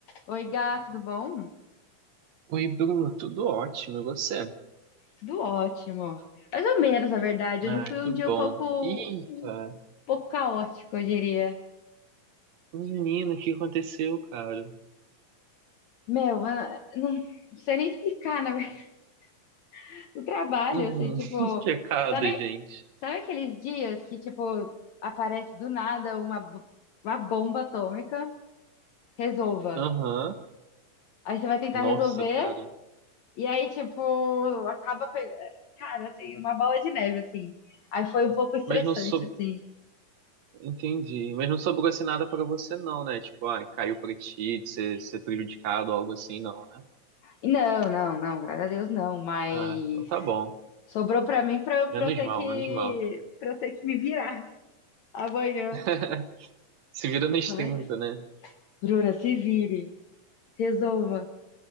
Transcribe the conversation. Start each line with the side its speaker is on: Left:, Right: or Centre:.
Left: Oi, gato, tudo bom?
Right: Oi, Bruno, tudo ótimo, e você?
Left: Tudo ótimo. Mais ou menos, na verdade.
Right: Ah,
Left: Hoje foi
Right: que
Left: um dia
Right: bom.
Left: um pouco,
Right: Eita,
Left: um pouco caótico, eu diria.
Right: menino, o que aconteceu, cara?
Left: Meu, eu não não sei nem explicar, na verdade, <laughs> o trabalho,
Right: Hum,
Left: eu sei, tipo,
Right: <laughs> pecado,
Left: sabe,
Right: gente.
Left: sabe aqueles dias que, tipo, aparece do nada uma, bo- uma bomba atômica? Resolva.
Right: Aham,
Left: Aí você vai tentar
Right: Nossa,
Left: resolver,
Right: cara.
Left: e aí, tipo, acaba pegando, cara, assim, uma bola de neve, assim. Aí foi um pouco estressante,
Right: Mas não sob...
Left: assim.
Right: entendi. Mas não sobrou assim nada pra você, não, né? Tipo, ah, caiu pra ti, de ser, ser prejudicado, algo assim, não, né?
Left: Não, não, não, graças a Deus não, mas
Right: Ah, então tá bom.
Left: sobrou pra mim pra eu,
Right: Menos
Left: pra eu ter
Right: mal,
Left: que,
Right: menos mal.
Left: pra eu ter que me virar amanhã.
Right: <laughs> Se vira nos
Left: Ai,
Right: 30, né?
Left: Bruna, se vire, resolva.